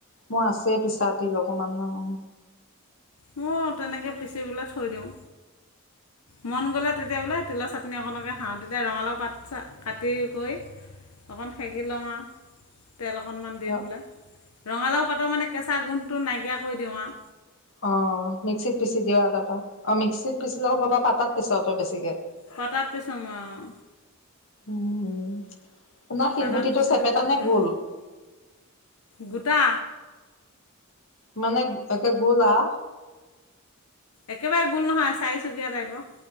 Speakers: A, on the left (about 60°); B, on the left (about 90°).
A: মোৰ আছে পিচা তিল অকমান অ'।
B: মোৰ তেনেকে পিচি পেলে থৈ দিওঁ। মন গ'লে তেতিয়া বোলে তিলৰ চাটনি অকণকে খাওঁ, তেতিয়া ৰঙালাও পাত-চাত কাটি কৰি। অকণ সেকি লওঁ আৰু তেল অকণমান দি
A: অ'।
B: পেলাই। ৰঙালাও পাতো মানে কেঁচা গোন্ধটো নাইকিয়া কৰি দিওঁ আও।
A: অ' মিক্সিত পিচি দিয়া তাৰপা। অ' মিক্সিত পিচিলেও হ'ব পাতাত পিছ তই বেছিকে?
B: পাতাত পিছো মই অ'।
A: উম উম, তোমাৰ শিলগুটিটো
B: পটাত পিচিলে
A: চেপেটা
B: ভাল
A: নে
B: লাগে
A: গোল?
B: গোটা।
A: মানে একে গোল আও।
B: একেবাৰে গোল নহয়! চাৰিচুকীয়া টাইপৰ।